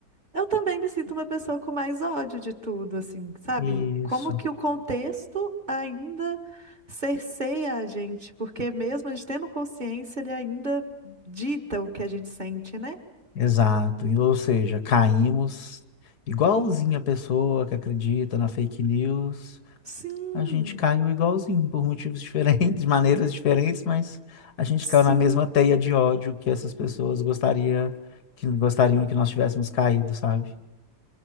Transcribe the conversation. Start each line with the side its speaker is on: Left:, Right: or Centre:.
Right: Eu também me sinto uma pessoa com mais ódio de tudo, assim, sabe?
Left: Isso.
Right: Como que o contexto ainda cerceia a gente, porque mesmo a gente tendo consciência, ele ainda dita o que a gente sente, né?
Left: Exato. E, Ou seja, caímos igualzinho a pessoa que acredita na fake news.
Right: Sim,
Left: A gente caiu igualzinho, por motivos diferentes, <laughs> maneiras diferentes, mas a gente
Right: sim,
Left: caiu na mesma teia de ódio que essas pessoas gostaria, que gostariam que nós tivéssemos caído, sabe?